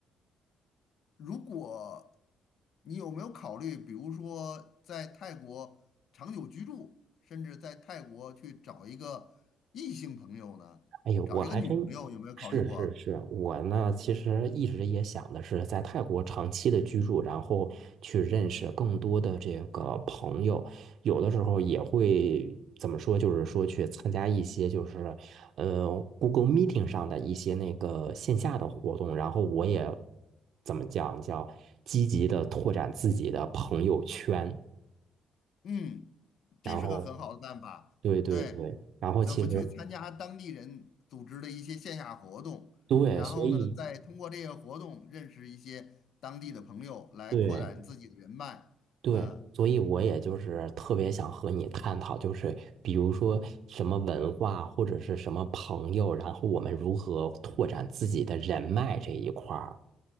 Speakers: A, on the left (about 70°); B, on the right (about 70°).
A: 如果你有没有考虑，比如说在泰国长久居住，甚至在泰国去找一个异性朋友呢，
B: 哎呦，
A: 找一个女朋友，
B: 我还真是是是，
A: 有没有考虑过？
B: 我呢其实一直也想的是在泰国长期的居住，然后去认识更多的这个朋友，有的时候也会怎么说，就是说去参加一些就是呃 Google Meeting 上的一些那个线下的活动，然后我也怎么讲叫积极的拓展自己的朋友圈。
A: 嗯，
B: 然后
A: 这是个很好的办法。
B: 对对对，
A: 对，
B: 然后其实
A: 怎么去参加当地人组织的一些线下活动，
B: 对，
A: 然后呢，
B: 所以
A: 再通过这些活动认识一些当地的朋友，来扩展自己的人脉。
B: 对对，
A: 嗯
B: 所以我也就是特别想和你探讨，就是比如说什么文化或者是什么朋友，然后我们如何拓展自己的人脉这一块儿。